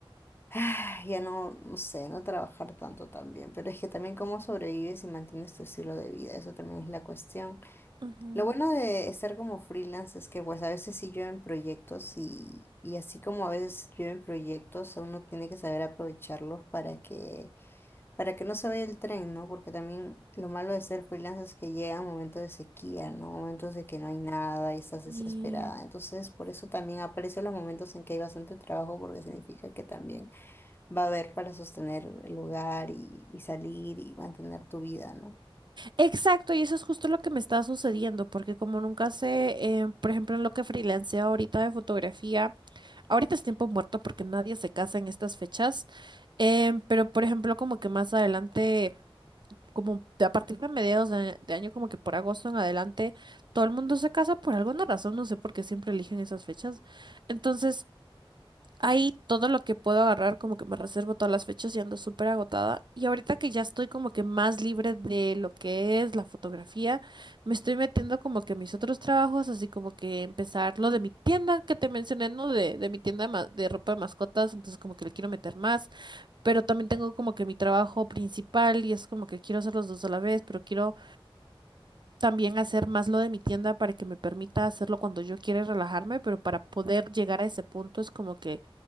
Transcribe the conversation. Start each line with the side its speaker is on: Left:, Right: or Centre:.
Left: ah, ya no, no sé, no trabajar tanto también, pero es que también cómo sobrevives y mantienes tu estilo de vida, eso también es la cuestión.
Right: Ujú,
Left: Lo bueno de estar como freelance es que pues a veces sí llueven proyectos y, y así como a veces llueven proyectos, uno tiene que saber aprovecharlos para que para que no se vaya el tren, ¿no? Porque también lo malo de ser freelance es que llegan momentos de sequía, ¿no? Momentos de que no hay nada y estás
Right: Y
Left: desesperada. Entonces, por eso también aprecio los momentos en que hay bastante trabajo, porque significa que también va a haber para sostener el hogar y, y salir y mantener tu vida, ¿no?
Right: Exacto, y eso es justo lo que me está sucediendo, porque como nunca sé, eh, por ejemplo, en lo que freelanceo ahorita de fotografía, ahorita es tiempo muerto porque nadie se casa en estas fechas, em, pero por ejemplo, como que más adelante, como de- a partir de mediados de, de año, como que por agosto en adelante, todo el mundo se casa por alguna razón, no sé por qué siempre eligen esas fechas. Entonces, Ahí todo lo que puedo agarrar, como que me reservo todas las fechas y ando súper agotada. Y ahorita que ya estoy como que más libre de lo que es la fotografía, me estoy metiendo como que a mis otros trabajos, así como que empezar lo de mi tienda que te mencioné, ¿no? De, de mi tienda de, ma- de ropa de mascotas, entonces como que le quiero meter más. Pero también tengo como que mi trabajo principal y es como que quiero hacer los dos a la vez, pero quiero también hacer más lo de mi tienda para que me permita hacerlo cuando yo quiera y relajarme, pero para poder llegar a ese punto es como que